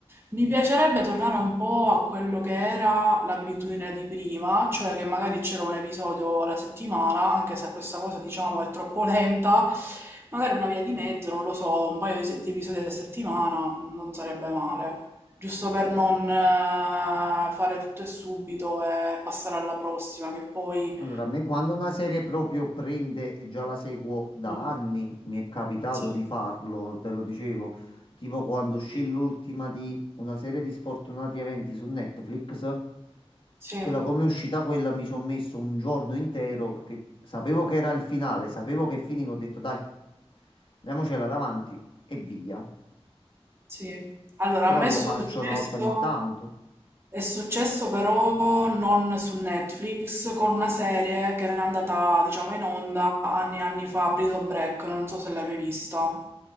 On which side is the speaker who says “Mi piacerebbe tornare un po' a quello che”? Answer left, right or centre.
Right